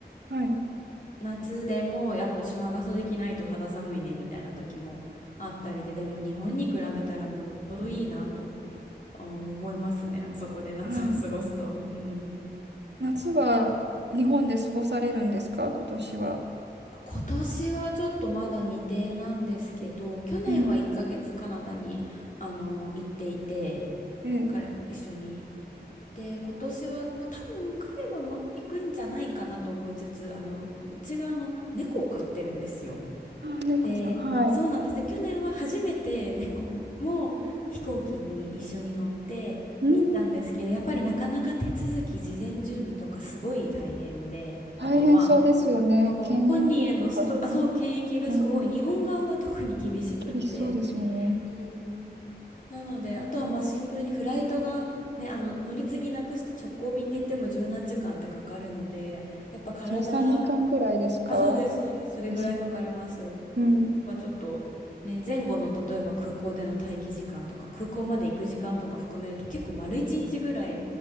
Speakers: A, on the right (about 80°); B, on the left (about 50°).
A: はい。
B: 夏でもやっぱちょっと長袖着ないと肌寒いねみたいな時もあったりで、でも日本に比べたらもうよっぽどいいなとあ思いますね、あそこで夏を過ごすと。
A: はい。
B: うん。
A: 夏は日本で過ごされるんですか、今年は。
B: 今年はちょっとまだ未定なんですけど、去年は1ヶ月カナダにあの行っていて、
A: うん。ええ。
B: 彼も一緒に。で、今年は、まあ、多分彼はもう行くんじゃないかなと思いつつ、あの、うちがあの猫を飼ってるんですよ。
A: あ、猫ちゃん。
B: で、
A: はい。
B: そうなんです。で去年は初めて猫も飛行機に一緒に乗って行ったんですけど、
A: うん。
B: やっぱりなかなか手続き、事前準備とかすごい大変で、
A: 大変そうですよね。
B: あとまあ、そう本人へのスト、
A: 検疫とか。
B: あ、そう、
A: はい。
B: 検疫がすごい、
A: うん。
B: 日本側が特に厳しくって。
A: 厳しそうですよね。
B: うんなので、あとはまあシンプルにフライトが、ね、あの乗り継ぎなくして直行便で行っても十何時間ってかかるので、やっぱ体、
A: 13時間ぐらいですか
B: あ、そうです、そうです、それぐらいかかります。
A: ですよね。うん。
B: やっぱちょっとね、前後の例えば空港での待機時間とか空港まで行く時間とか含めると結構丸一日ぐらい